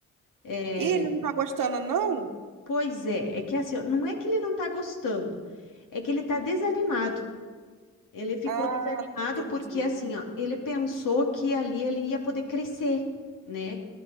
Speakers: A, on the left; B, on the right.
A: É,
B: Ih, ele não tá gostando, não?
A: pois é, é que assim, ó, não é que ele não tá gostando, é que ele tá desanimado. Ele ficou
B: Ah,
A: desanimado
B: entendi,
A: porque assim, ó, ele pensou que ali ele ia poder crescer, né?